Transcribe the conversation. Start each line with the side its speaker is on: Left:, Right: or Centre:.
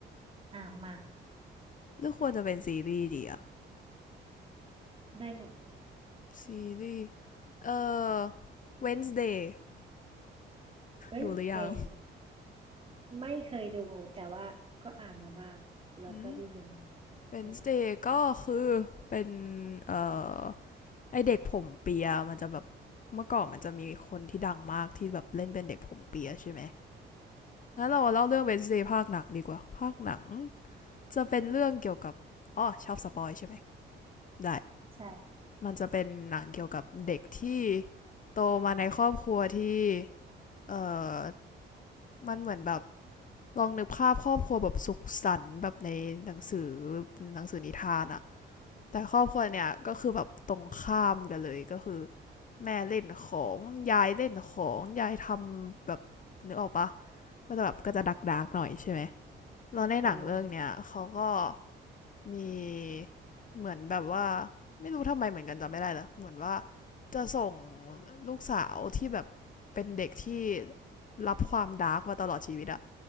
Right: อ่ะมา
Left: หรือควรจะเป็นซีรีส์ดีอะ
Right: ได้หมด
Left: ซีรีส์เอ่อ Wednesday
Right: Wednesday
Left: ดูหรือยัง
Right: ไม่เคยดูแต่ว่าก็อ่านมาบ้างแล้วก็ได้ยิน
Left: อืม Wednesday
Right: อืม
Left: ก็คือเป็นเอ่อไอเด็กผมเปียมันจะแบบเมื่อก่อนมันจะมีคนที่ดังมากที่แบบเล่นเป็นเด็กผมเปียใช่ไหมงั้นเราเล่าเรื่อง Wednesday ภาคหนังดีกว่าภาคหนังจะเป็นเรื่องเกี่ยวกับอ๋อชอบสปอยใช่ไหมได้
Right: ใช่
Left: มันจะเป็นหนังเกี่ยวกับเด็กที่โตมาในครอบครัวที่เอ่อมันเหมือนแบบลองนึกภาพครอบครัวแบบสุขสันต์แบบในหนังสือหนังสือนิทานอะแต่ครอบครัวเนี่ยก็คือแบบตรงข้ามกันเลยก็คือแม่เล่นของยายเล่นของยายทำแบบนึกออกปะก็จะแบบก็จะดักดักๆหน่อยใช่ไหมแล้วในหนังเรื่องเนี้ยเขาก็
Right: เออ
Left: มีเหมือนแบบว่าไม่รู้ทำไมเหมือนกันจำไม่ได้แล้วเหมือนว่าจะส่งลูกสาวที่แบบเป็นเด็กที่รับความดาร์กมาตลอดชีวิตอะ